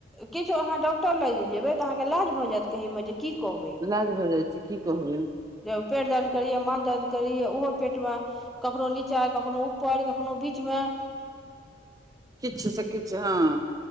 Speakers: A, in the centre; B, on the right.
A: किछो अहाँ डॉक्टर लंग जेबै तऽ अहाँके लाज भऽ जाएत कहैयमे जे की कहबै
B: लाज भऽ जाइ छै की कहबैन
A: यौ उ-पेट दर्द करै या माथ दर्द करै या ओहो पेटमे कखनो नीचा कखनो ऊपर कखनो बीचमे
B: किछ सँ किछ हाॅं